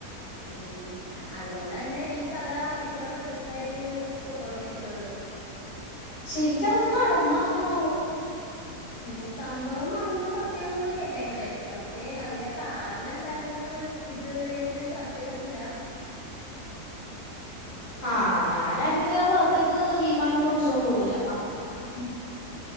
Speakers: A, on the left; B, on the left.
A: ഉം അതോണ്ടന്നെ ഈ കഥ ഇത്ര പ്രശസ്തായിട്ട് പോക്കൊണ്ടിരിക്ക്ണത്
B: ശെരിക്കും അതൊക്കെ നടന്നാണാവോ
A: ഉം സംഭവം നടന്നത് സത്യാണെന്നാ കേട്ടേക്ക്ണേ പക്ഷെ അതിന്റെ കാരണം എന്തായിര്ന്നെന്ന് ഇതുവരായ്ട്ടും ചർച്ചെയ്തിട്ടില്ല
B: ആഹ് ഞാനായിരുന്നെങ്കി ആഹ് ഭാഗത്തേക്ക് വിമാനൊന്നും ഓടിച്ചോണ്ട് പോകില്ല
A: ഉം